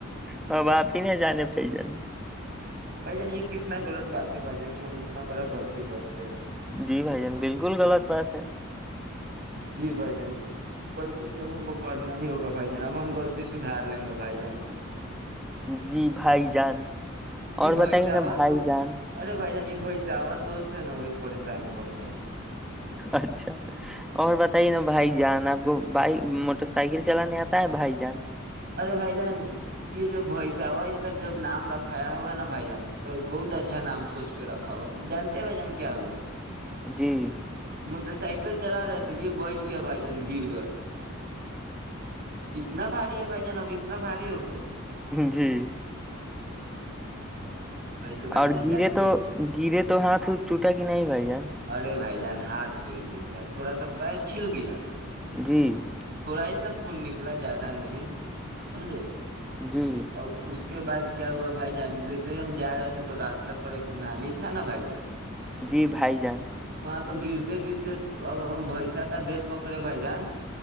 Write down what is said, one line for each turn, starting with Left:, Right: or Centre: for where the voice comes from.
Centre: ہ باپی ن جانے پی جان
Right: بھائی جان یہ کتنا غلط بات ہے بھائی جان کی ہم اتنا بڑا غلطی کرتے ہیں
Centre: جی بھائی جان بالکل غلط بات ہے
Right: جی بھائی جان کیے بھی اب ہم کو کرنا ہی ہوگا بھائی جان اب ہم غلط سدھار لیں گے بھائی جان
Centre: جی بھائی جان
Right: یہ
Centre: اور
Right: بیس
Centre: بتائیے نا
Right: آوا
Centre: بھائی
Right: دو
Centre: جان
Right: ارے ب ج بساا دوست ہے نا وہی پریشان کر رہا
Centre: اچھا اور ب پ ہی نا بھائی جان آپ کو بائی سائیکل چلانے آتا ہے بھائی جان
Right: ارے بھائی جان یہ جو بائ اس کا جب نام رکھایا ہوا نا بھائی جان تو بہت اچھا نام سوچ کے رکھا ہوا جانتے بھائی جان کیا ہوا
Centre: <inaudible>
Right: موٹر سائیکل چلا رہے تھ یہ بیٹھ گیا بھائی جان گر گئے اتنا بھاری ہے بھائی جان ابھی اتنا بھاری ہو گئی
Centre: جی
Right: ویسے بھائی
Centre: اور
Right: جان
Centre: گرے
Right: جانتے
Centre: تو
Right: ہیں
Centre: گرے تو تو ہاتھ چوٹا کہ نہیں بائی جا
Right: ارے بھائی جان ہاتھ تھوڑی ٹوٹتا ہے تھوڑا سا پیر چھیھل گیا
Centre: <inaudible>
Right: تھوڑا ہی سا خون نکلا زیادہ نہیں سمجھے
Centre: جی
Right: اور اس کے بع کیا ہوا بھائی جان جیسے ہی ہم جا رہے تھے تو راستہ پر ایک نالی تھا نا بھائی جان
Centre: جی بھائی جان
Right: تو گرتے گرتے ہم بھسا کا د پکڑے بھائی جان